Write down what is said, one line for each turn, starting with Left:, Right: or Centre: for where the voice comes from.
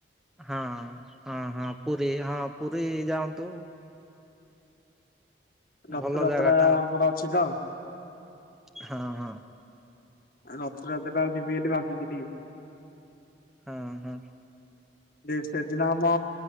Centre: ହଁ -ହଁ -ହଁ ପୁରୀ ହଁ ପୁରୀ ଯାଆନ୍ତୁ।
Left: ରଥଯାତ୍ରା
Centre: ଭଲ ଜାଗା ଟା
Left: ଆମର ଅଛି ତ।
Centre: ହଁ ହଁ।
Left: ଆଉ ରଥଯାତ୍ର ଟା ଆଉ ଯିବି ବୋଲି। <unintelligible>
Centre: ହଁ -ହଁ।
Left: ଯେ ସେଦିନ ଆମ